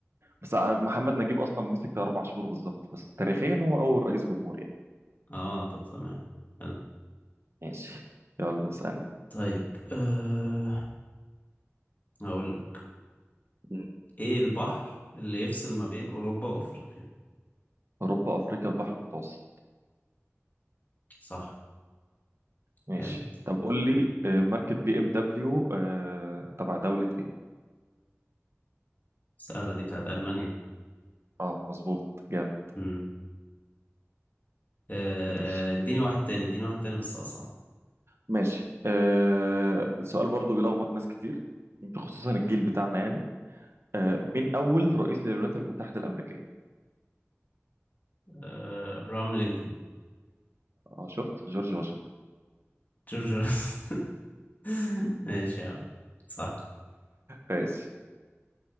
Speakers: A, on the right; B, on the left.
A: بس ع- محمد نجيب اصلا مسك ده اربع شهور بالظبط بس تاريخيا هو اول رئيس جمهور يعني
B: آه طب تمام حلو.
A: ماشي يلا اسالني
B: طيب أه... هقول لك
A: مم.
B: ايه البحر اللي يفصل ما بين اوروبا وافريقيا
A: اوروبا افريقيا البحر المتوسط
B: صح
A: ماشي
B: جامد
A: طب قول لي آه، ماركة بي ام دبليو آه، تبع دولة ايه
B: سهلة دي بتاعت المانيا
A: اه مظبوط جامد
B: امم آه،
A: ماشي
B: اديني واحد تاني اديني واحد تاني بس اصعب
A: ماشي أه سؤال برضو بيلخبط ناس كتير خصوصا الجيل بتاعنا يعني أه مين أول رئيس للولايات المتحدة الأمريكية؟
B: آه، ابراهام لينكولن
A: اه شفت جورج واشنطن
B: جورج واشنطن. <laughs> ماشي يا عم صح
A: ماشي